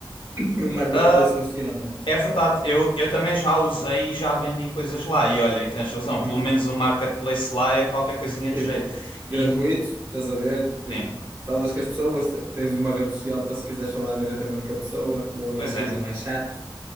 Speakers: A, on the right; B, on the left.
A: <laughs> O marketplace
B: Ah,
A: funciona.
B: é verdade, eu, eu também já usei e já vendi coisas lá. E olha, e tens razão,
A: Uhum.
B: pelo menos o marketplace lá é qualquer coisinha
A: Tipo,
B: de jeito.
A: gratuito,
B: E-
A: estás a ver? Tipo,
B: sim,
A: falas com as pessoas, te- tens uma rede social para se quiseres falar diretamente com a pessoa. O OLX
B: pois é.
A: é mais chato,